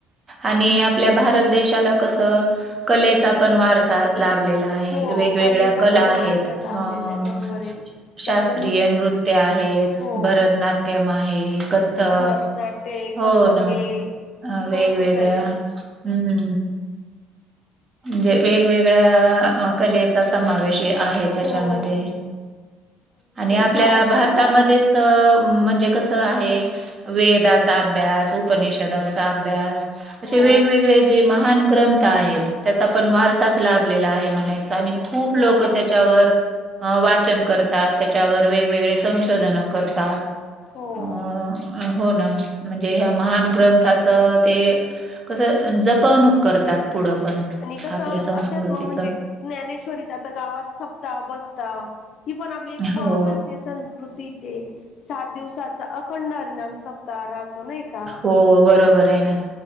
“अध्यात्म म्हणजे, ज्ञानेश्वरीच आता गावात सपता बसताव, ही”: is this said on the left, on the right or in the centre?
Left